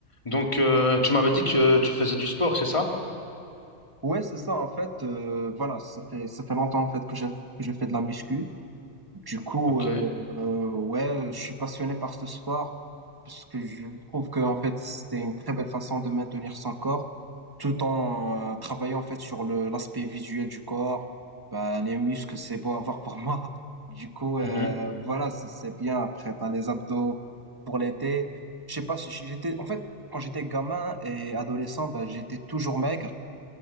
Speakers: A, on the left; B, on the right.
A: Donc, euh, tu m'avais dit que tu faisais du sport, c'est ça?
B: Ouais, c'est ça, en fait, euh, voilà, ça fait, ça fait longtemps, en fait, que j'ai- que je fais de la muscu. Du coup,
A: Ok.
B: euh, euh, ouais, je suis passionné par ce sport, parce que je trouve que, en fait, c'était une très belle façon de maintenir son corps, tout en euh, travaillant, en fait, sur le, l'aspect visuel du corps. Bah, les muscles, c'est beau à voir pour <laughs> moi. Du coup,
A: Mhm.
B: euh, voilà, c'est c'est bien. Après, t'as les abdos pour l'été. Je sais pas, si j'étais, en fait, quand j'étais gamin et adolescent, bah, j'étais toujours maigre.